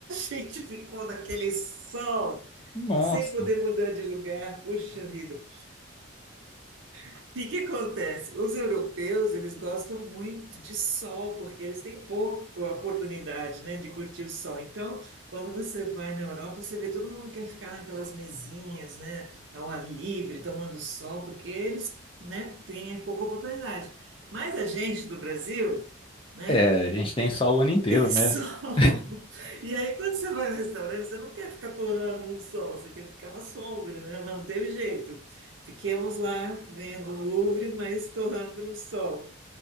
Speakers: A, on the right (about 65°); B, on the left (about 25°).
A: E a gente ficou naquele sol,
B: Nossa.
A: sem poder mudar de lugar. Puxa vida. O que que acontece? Os europeus, eles gostam muito de sol, porque eles têm pouca oportunidade, né, de curtir o sol. Então, quando você vai na Europa, você vê todo mundo quer ficar naquelas mesinhas, né, ao ar livre, tomando sol, porque eles, né, têm pouca oportunidade. Mas a gente do Brasil, né?
B: É, a gente tem só o ano inteiro,
A: Tem
B: né?
A: sol.
B: <laughs>
A: <laughs> E aí, quando você vai no restaurante, você não quer ficar torrando no sol, você quer ficar na sombra, né? Mas não teve jeito. Fiquemos lá vendo o Louvre, mas torrando no sol.